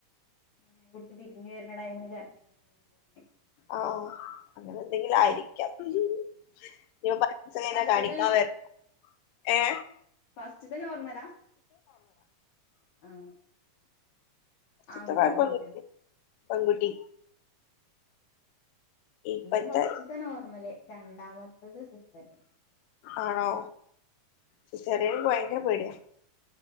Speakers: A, on the left; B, on the left.
A: ഇങ്ങനെ കുട്ടി തിരിഞ്ഞ് വര്ണ ടൈമില് ചർദി പറഞ്ഞ <unintelligible>
B: ആഹ് അങ്ങനെ എന്തെങ്കിലും ആയിരിക്കാം. ഇനി പ <unintelligible> കൈന
A: ഫസ്റ്റ്ത്തെ
B: കാണിക്കാ വരാ ഏ..
A: ഫസ്റ്റ്തെ നോർമലാ ആഹ്.
B: ത്
A: ആൺകുട്ടിയോ
B: കൊയപ്പൊന്നുല്ല
A: പെൺകുട്ടിയോ
B: പങ്കുട്ടി ഇപ്പത്തെ
A: ന്റെ ഫസ്റ്റ്ത്തെ നോർമല് രണ്ടാമത്തത് സിസേറിയൻ
B: ആണോ സിസേറിയൻ ൻക്ക്‌ ഭയങ്കര പേടിയാ